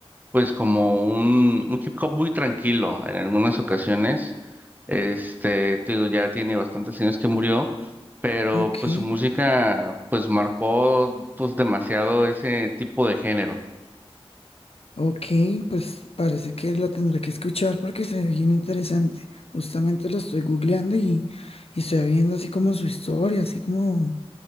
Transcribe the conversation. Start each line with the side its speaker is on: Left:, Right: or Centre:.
Right: pues como un, un hip hop muy tranquilo en algunas ocasiones. Este, te digo, ya tiene bastantes años que murió, pero
Left: ok.
Right: pues su música pues marcó pues demasiado ese tipo de género.
Left: Ok, pues parece que lo tendré que escuchar porque se ve bien interesante. Justamente lo estoy googleando y, y estoy viendo así como su historia, así como